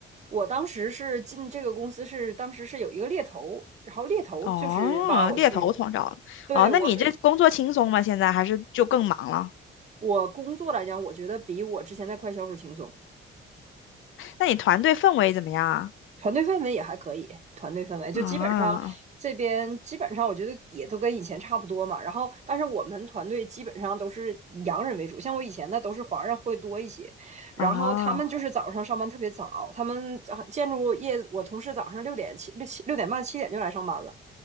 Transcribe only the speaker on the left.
哦，猎头通道。
哦，
那你这工作轻松吗？现在还是就更忙了？
那你团队氛围怎么样啊？
啊
啊！